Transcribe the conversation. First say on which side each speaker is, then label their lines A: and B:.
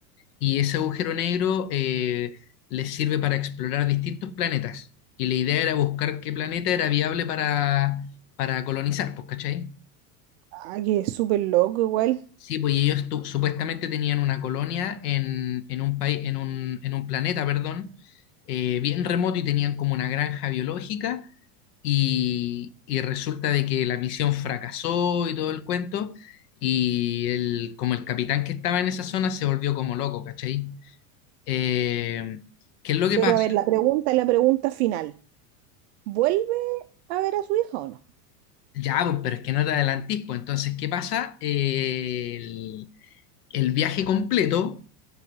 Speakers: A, on the left; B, on the right.
A: y ese agujero negro eh, les sirve para explorar distintos planetas. Y la idea era buscar qué planeta era viable para, para colonizar, pues, ¿cachai?
B: Ah, que es súper loco igual.
A: Sí, pues y ellos tu- supuestamente tenían una colonia en, en un país, en un, en un planeta, perdón, eh, bien remoto y tenían como una granja biológica y, y resulta de que la misión fracasó y todo el cuento, y el, como el capitán que estaba en esa zona se volvió como loco, ¿cachai? Eh, ¿qué es lo que
B: Pero
A: pasa?
B: a ver, la pregunta, la pregunta final. ¿Vuelve a ver a su hija o no?
A: Ya, pues, pero es que no te adelantís, pues entonces, ¿qué pasa? Eh, el, el viaje completo,